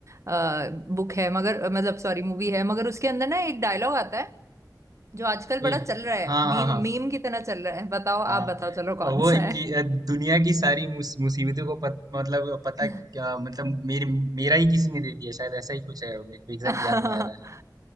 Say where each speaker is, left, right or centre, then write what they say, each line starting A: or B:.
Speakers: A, on the right; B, on the right.
A: आ, बुक है मगर मतलब सॉरी मूवी है मगर उसके अंदर ना एक डायलॉग आता है जो आजकल
B: ये
A: बड़ा चल रहा है
B: हाँ
A: मीम
B: हाँ हाँ
A: मीम की तरह चल रहा है बताओ आप
B: हाँ
A: बताओ चलो कौन
B: और वो
A: सा
B: कि अ, दुनिया की सारी मुस- मुसीबतों को पत, मतलब पता
A: है
B: क्या मतलब मेरे मेरा ही किसी ने दे दिया शायद ऐसा ही कुछ है मेरे को एग्जैक्ट
A: <laughs>
B: याद नहीं आ रहा है